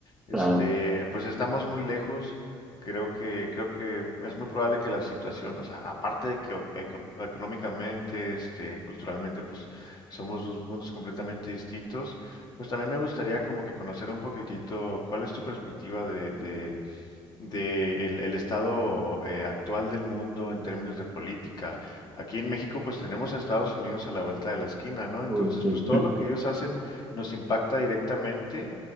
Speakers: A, on the left; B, in the centre.
A: Este,
B: claro.
A: pues estamos muy lejos. Creo que, creo que es muy probable que la situación, o sea, aparte de que o- eco- económicamente, este, culturalmente, pues somos dos mundos completamente distintos. Pues también me gustaría como que conocer un poquitito cuál es tu perspectiva de, de de el, el estado eh, actual del mundo en términos de política. Aquí en México pues tenemos a Estados Unidos a la vuelta de la esquina, ¿no? Entonces
B: Uy, sí.
A: pues todo lo que ellos hacen nos impacta directamente